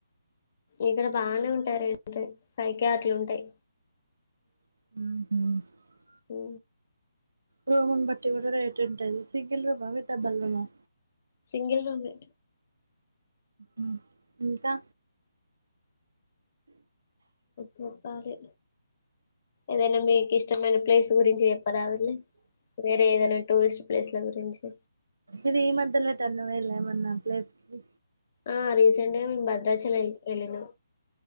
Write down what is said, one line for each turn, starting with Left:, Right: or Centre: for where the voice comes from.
Left: ఇక్కడ బానే ఉంటాది రెంటు పైకే అట్ల ఉంటాయి
Right: ఆహా
Left: ఉ
Right: రూమ్ నీ బట్టి కూడా రేట్ంటది సిగల్ రూమ్ ఆ అవి డబుల్ రూమ్ ఆ
Left: సింగిల్ రూమ్ మే
Right: హ్మ్మ్ ఇంకా
Left: చెప్పాలే ఏదైనా మీకు ఇష్టమైన ప్లేస్ గురించి చె వలే వేరే ఏదైనా టూరిస్ట్ ప్లేస్ల గురించి
Right: ఇది ఈ మధ్యలో ఎట్టన పొయిల ఏమన్నా ప్లేస్కిి
Left: ఆ రీసెంట్ గా మేము భద్రాచలం వెళ్లినం